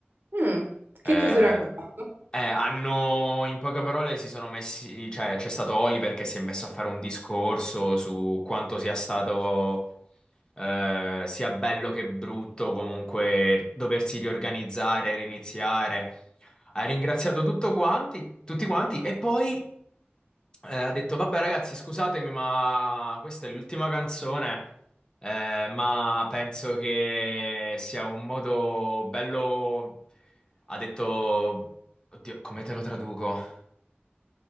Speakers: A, on the right; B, on the left.
A: Mm, Che
B: Eh,
A: chiusura hanno fatto?
B: eh, hanno, in poche parole, si sono messi, cioè c'è stato Oliver che si è messo a fare un discorso su quanto sia stato eh, sia bello che brutto, comunque doversi riorganizzare, riniziare. Ha ringraziato tutto quanti, tutti quanti e poi eh, ha detto: Vabbè, ragazzi, scusatemi, ma questa è l'ultima canzone. eh, ma penso che sia un modo bello. Ha detto. Oddio, come te lo traduco?